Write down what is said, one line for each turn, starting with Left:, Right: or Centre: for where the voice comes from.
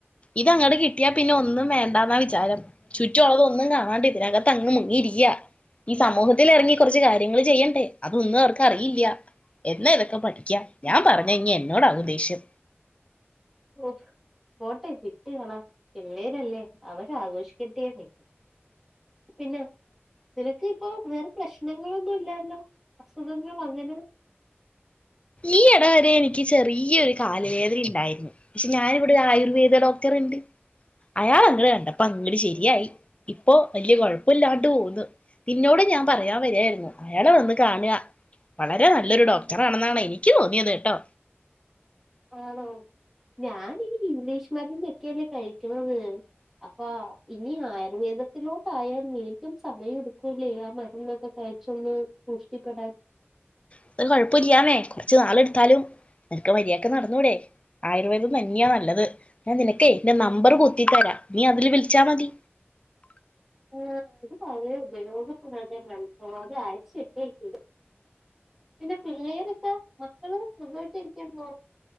Left: ഇത് അങ്ങട്കിട്ടിയാ പിന്നെ ഒന്നും വേണ്ടാന്നാ വിചാരം ചുറ്റുമുള്ളതൊന്നും കാണാണ്ട് ഇതിനകത്ത് അങ്ങ് മുങ്ങി ഇരിക്ക ഈ സമൂഹത്തിൽ ഇറങ്ങി കുറച്ച് കാര്യങ്ങൾ ചെയ്യണ്ടേ അതൊന്നും അവർക്ക് അറിയില്ല. എന്നാ ഇതൊക്കെ പഠിക്കാ ഞാൻ പറഞ്ഞു നേ ഇഞ്ഞി എന്നോടാവോ ദേഷ്യം
Centre: ഓ പോട്ടെ വിട്ടുകള പിള്ളേരല്ലേ അവരാ ആഘോഷിക്കട്ടെന്ന് പിന്നെ നിനക്ക് ഇപ്പൊ വേറെ പ്രശ്നങ്ങളൊന്നും ഇല്ലല്ലോ അസുഖങ്ങൾ അങ്ങനേ
Left: ഈ എടവരെ എനിക്ക് ചെറി ഈ ഒരു കാല് വേദന ഇണ്ടായിരുന്നു പക്ഷെ ഞാനിവിടെ ആയുർവേദ ഡോക്ടർ ഇണ്ട് അയാൾ അങ്ങളെ കണ്ടപ്പോ അങ്ങട് ശരിയായി ഇപ്പോ വലിയ കുഴപ്പല്ലാണ്ട് പോകുന്നു നിന്നോട് ഞാൻ പറയാൻ വരായിരുന്നു അയാള വന്ന് കാണുക വളരെ നല്ലൊരു ഡോക്ട <unintelligible> ആണെന്നാണ് എനിക്ക് തോന്നിയത്ട്ടോ
Centre: ആണോ ഞാനീ ഇംഗ്ലീഷ് മരുന്നൊക്കെയല്ലേ കഴിക്ക്‌ന്നത് അപ്പൊ ഇനി ആയുർവേദത്തിലോട്ട്ട് ആയാൽ വീണ്ടും സമയ എടുക്കൂല്ലേ ആ മരുന്നൊക്കെ കഴിച്ചൊന്ന് പുഷ്ടിപ്പെടാൻ
Left: ഇപ്പം ഇത് കൊഴപ്പല്ലാന്നേ കുറച്ച് നാൾ എടുത്താലും നിനക്ക് മര്യാക്ക് നടന്നൂടെ ആയുർവേദം തന്നെയാ നല്ലത് ഞാൻ നിനക്കേ ന്റെ നമ്പർ കുത്തി തരാ നീ അതില് വിളിച്ചാ മതി
Centre: ആ ഇത് വളരെ ഉപയോഗപ്പെതാമാണ് ഇപ്പോ അത് അയച്ചിട്ടേരിക്കാണ് പിന്നെ പിള്ളേരൊക്കെ മക്കള് സുഖയിട്ട് ഇരിക്കാൻ മോ